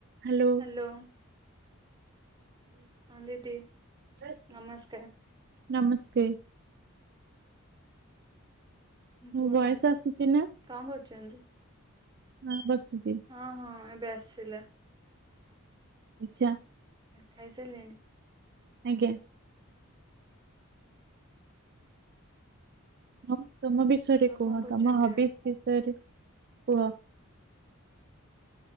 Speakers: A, on the right; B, on the right.
A: Hello.
B: Hello. ଦିଦି
A: yes
B: ନମସ୍କାର
A: ନମସ୍ତେ। ମୋ
B: କୁହନ୍ତୁ
A: ଭଏସ ଆସୁଛି ନା
B: କଣ କରୁଚନ୍ତି?
A: ହଁ ବସିଚି।
B: ହଁ ହଁ ଏବେ ଆସିଲା।
A: ଆଛା।
B: ସା ଖାଇସାରିଲେଣି?
A: ଆଜ୍ଞା। ହଁ ତମ ବିଷୟରେ
B: ଆଉ
A: କୁହ।
B: କଣ କରୁଛନ୍ତି
A: ତମ ହବିସ
B: ଏବେ?
A: ବିଷୟରେ କୁହ?